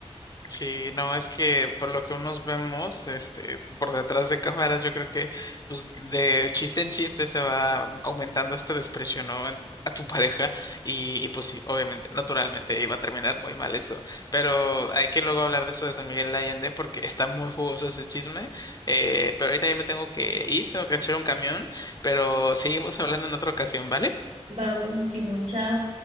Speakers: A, on the left; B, on the right.
A: Sí, no, es que por lo que unos vemos, este, por detrás de cámaras, yo creo que pues de chiste en chiste se va aumentando este desprecio, ¿no? en- a tu pareja y, y, pues sí, obviamente, naturalmente iba a terminar muy mal eso, pero hay que luego hablar de eso de San Miguel de Allende porque está muy jugoso ese chisme, eh, pero ahorita ya me tengo que ir, tengo que echar un camión, pero seguimos <laughs> hablando en otra ocasión, ¿vale?
B: Va, buenísimo, chao.